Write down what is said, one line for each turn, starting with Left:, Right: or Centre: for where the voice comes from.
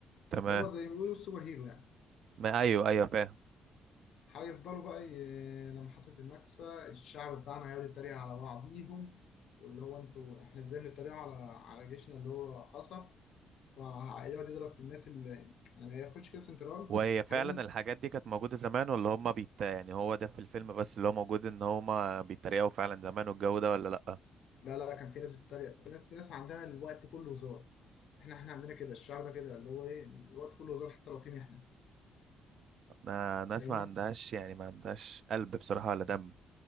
Right: تمام
Left: اللي هو زي ما بيقولوا السوبر هيرو يعني
Right: ما ايوه ايوه فاهم
Left: هيفضلوا بقى ي... لما حصلت النكسة الشعب بتاعنا هيقعد يتريق على بعضيهم واللي هو انتوا احنا ازاي بنتريق على على جيشنا اللي هو خسر فهيقعد يضرب في الناس اللي يعني يخش كده سنترال
Right: وهي فعلا
Left: هلاقي ناس
Right: الحاجات دي كانت موجودة زمان ولا هما بيت يعني هو ده في الفيلم بس اللي هو موجود ان هما بيتريقوا فعلا زمان والجو ده ولا لا
Left: لا لا كان في ناس بتتريق في ناس في ناس عندها الوقت كله هزار احنا احنا عندنا كده الشعب ده كده اللي هو ايه الوقت كله هزار حتى لو في محنة
Right: انا ناس
Left: فاهمني
Right: ما عندهاش يعني ما عندهاش قلب بصراحة ولا دم